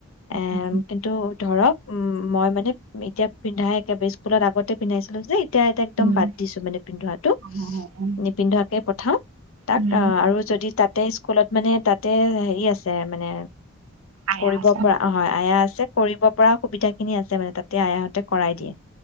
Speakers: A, on the left; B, on the right.
A: এ
B: উম
A: কিন্তু ধৰক উম মই মানে এতিয়া পিন্ধাই একেবাৰে স্কুলত আগতে পিন্ধাইছিলো যে এতিয়া এতিয়া একদম
B: উম
A: বাদ দিছো মানে পিন্ধোৱাটো
B: উম অ
A: নিপিন্ধোৱাকেই প থা। তাক
B: উম
A: অ' আৰু যদি তাত। তাতে স্কুলত মানে তাতে হেৰি আছে মানে।
B: আয়া
A: কৰিব
B: আছে
A: পৰা অ হয়, আয়া আছে। কৰিব পৰা সু। সুবিধা খিনি আছে মানে তাতে আয়াহঁতে কৰাই দিয়ে।